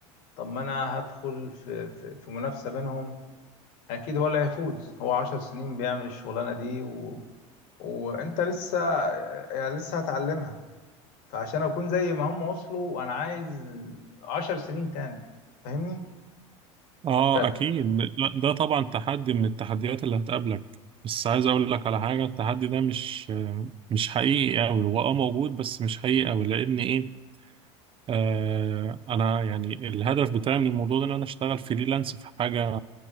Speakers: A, on the left; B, on the right.
A: طب ما انا هدخل في في, في منافسة بينهم اكيد هو اللي هيفوز هو عشر سنين بيعمل الشغلانة دي و... وانت لسه يعني لسه هتعلمها فعشان اكون زي ما هم وصلوا انا عايز عشر سنين تاني فاهمني
B: آه
A: ف-
B: أكيد لا، ده طبعا تحدي من التحديات اللي هتقابلك بس عايز أقول لك على حاجة التحدي ده مش مش حقيقي أوي هو أه موجود بس مش حقيقي أوي لأن إيه آه أنا يعني الهدف بتاعي من الموضوع ده إن أنا أشتغل فريلانس في حاجة